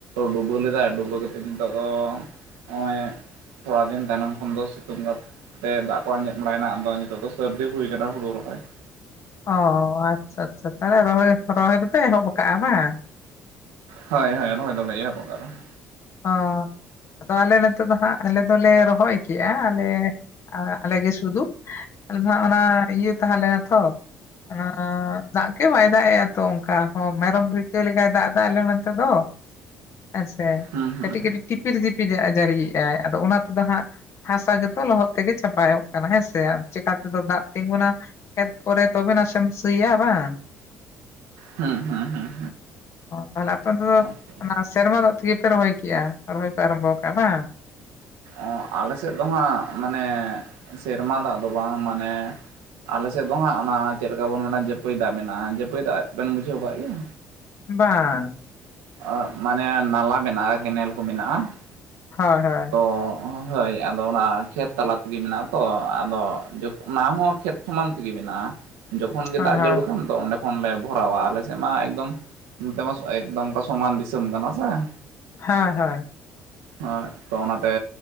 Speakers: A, on the right (about 65°); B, on the left (about 45°).
A: ᱰᱩᱵᱟᱹ ᱞᱮᱫᱟᱭ ᱰᱩᱵᱟᱹ ᱠᱟᱛᱮᱫ ᱱᱤᱛᱚᱜ ᱫᱚ ᱱᱚᱜᱼᱚᱭ ᱛᱷᱚᱲᱟ ᱫᱤᱱ ᱛᱟᱭᱱᱚᱢ ᱠᱷᱚᱱ ᱫᱚ ᱥᱤᱛᱩᱝᱛᱮ ᱫᱟᱜ ᱠᱚ ᱟᱸᱡᱮᱫ ᱵᱟᱲᱟᱭᱮᱱᱟ, ᱟᱫᱚ ᱱᱤᱛᱚᱜ ᱫᱚ ᱥᱟᱹᱨᱫᱤ ᱦᱩᱭ ᱠᱟᱱᱟ ᱦᱩᱲᱩ ᱨᱚᱦᱚᱭ ᱾
B: ᱚ ᱟᱪᱪᱷᱟ ᱟᱪᱪᱷᱟ ᱛᱟᱦᱚᱞᱮ ᱨᱚᱦᱚᱭ ᱨᱚᱦᱚᱭ ᱫᱚᱯᱮ ᱮᱛᱚᱦᱚᱵ ᱠᱟᱜᱼᱟ ᱵᱟᱝ?
A: ᱦᱳᱭ ᱦᱳᱭ ᱨᱚᱦᱚᱭ ᱫᱚᱞᱮ ᱮᱦᱚᱵ ᱠᱟᱜ-ᱟ ᱾
B: ᱚᱻ ᱟᱫᱚ ᱟᱞᱮ ᱱᱚᱛᱮ ᱫᱚ ᱦᱟᱸᱜ ᱟᱞᱮ ᱫᱚᱞᱮ ᱨᱚᱦᱚᱭ ᱠᱮᱜᱼᱟ ᱟᱞᱮ ᱟᱞᱮ ᱜᱮ ᱥᱩᱫᱩ ᱾ ᱟᱞᱮ ᱫᱚ ᱦᱟᱸᱜ ᱚᱱᱟ ᱤᱭᱟᱹ ᱛᱟᱦᱮᱸᱞᱮᱱᱟ ᱛᱚ ᱾ ᱚᱱᱟ ᱫᱟᱜ ᱜᱮ ᱵᱟᱭ ᱫᱟᱜ ᱮᱼᱟ ᱛᱚ ᱚᱱᱠᱟ ᱢᱮᱨᱚᱢ ᱵᱷᱤᱲᱠᱟᱹ ᱞᱮᱠᱟᱭ ᱫᱟᱜ ᱫᱟ ᱟᱞᱮ ᱱᱛᱮ ᱫᱚ ᱾ ᱦᱮᱸᱥᱮ
A: ᱦᱩᱸ
B: ᱠᱟᱹᱴᱤᱡ
A: ᱦᱩᱸ
B: ᱠᱟᱹᱴᱤᱡ ᱴᱤᱯᱤᱨ ᱡᱤᱯᱤᱨ ᱫᱟᱜ ᱡᱟᱹᱨᱤᱭᱮᱫᱼᱟᱭ ᱟᱫᱚ ᱚᱱᱟ ᱛᱮᱫᱚ ᱦᱟᱸᱜ ᱦᱟᱸᱥᱟ ᱜᱮᱛᱚ ᱞᱚᱦᱚᱫ ᱛᱮᱜᱮ ᱪᱟᱯᱟᱭᱚᱜ ᱠᱟᱱᱟ ᱦᱮᱸ ᱥᱮ ᱪᱮᱠᱟ ᱛᱮᱫᱚ ᱫᱟᱜ ᱛᱤᱸᱜᱩᱱᱟ? ᱠᱷᱮᱛ ᱠᱚᱨᱮ ᱛᱚᱵᱮ ᱱᱟᱥᱮᱢ ᱥᱤᱭᱟ ᱵᱟᱝ ᱾
A: ᱦᱩᱸ ᱦᱩᱸ ᱦᱩᱸ
B: ᱛᱟᱦᱚᱞᱮ ᱟᱯᱮ ᱚᱱᱛᱮ ᱫᱚ
A: ᱦᱩᱸ
B: ᱚᱱᱟ ᱥᱮᱨᱢᱟ ᱫᱟᱜ ᱛᱮᱜᱮ ᱯᱮ ᱨᱚᱦᱚᱭ ᱠᱮᱜᱼᱟ ᱨᱚᱦᱚᱭ ᱯᱮ ᱟᱨᱟᱢᱵᱷᱚ ᱟᱠᱟᱜᱼᱟ ᱵᱟᱝ?
A: ᱟᱻ ᱟᱞᱮ ᱥᱮᱫ ᱫᱚ ᱦᱟᱸᱜ ᱢᱟᱱᱮ ᱥᱮᱨᱢᱟ ᱫᱟᱜ ᱫᱚ ᱵᱟᱝ ᱢᱟᱱᱮ ᱟᱞᱮ ᱥᱮᱫ ᱫᱚ ᱦᱟᱸᱜ ᱚᱱᱟ ᱪᱮᱫ ᱞᱮᱠᱟ ᱵᱚᱱ ᱢᱮᱱᱟ ᱡᱟᱹᱯᱟᱹᱭ ᱫᱟᱜ ᱢᱮᱱᱟᱜᱼᱟ, ᱡᱟᱹᱯᱟᱹᱭ ᱫᱟᱜ ᱵᱮᱱ ᱵᱩᱡᱷᱟᱹᱣ ᱠᱟᱫ ᱜᱮᱭᱟ?
B: ᱵᱟᱝ ᱾
A: ᱟᱸ ᱢᱟᱱᱮ ᱱᱟᱞᱟ ᱢᱮᱱᱟᱜᱼᱟ ᱠᱮᱱᱮᱞ ᱠᱚ ᱢᱮᱱᱟᱜᱼᱟ᱾
B: ᱦᱳᱭ ᱦᱳᱭ
A: ᱛᱚ
B: ᱾
A: ᱦᱳᱭ ᱟᱫᱚ ᱚᱱᱟ ᱠᱷᱮᱛ ᱛᱟᱞᱟ ᱛᱮᱜᱮ ᱢᱮᱱᱟᱜᱼᱟ ᱛᱚ ᱟᱫᱚ ᱚᱱᱟ ᱡᱚᱛ ᱚᱱᱟ ᱦᱚᱸ ᱠᱷᱮᱛ ᱥᱟᱢᱟᱱ ᱛᱮᱜᱮ ᱢᱮᱱᱟᱜᱼᱟ᱾ ᱡᱚᱠᱷᱚᱱ ᱜᱮ
B: ᱦᱳᱭ
A: ᱫᱟᱜ
B: ᱦᱳᱭ
A: ᱡᱟᱹᱨᱩᱲ ᱠᱷᱟᱱ ᱫᱚ ᱚᱸᱰᱮ ᱠᱷᱚᱱ ᱞᱮ ᱵᱷᱚᱨᱟᱣᱟ ᱟᱞᱮ ᱥᱮᱫ ᱢᱟ ᱮᱠᱫᱚᱢ ᱱᱚᱛᱮᱢᱟ ᱮᱠᱫᱚᱢ ᱚᱥᱚᱢᱟᱱ ᱫᱤᱥᱚᱢ ᱠᱟᱱᱟ ᱥᱮ ᱾
B: ᱦᱚᱭ -ᱦᱚᱭ ᱾
A: ᱮᱸᱜ ᱛᱚ ᱚᱱᱟ ᱛᱮ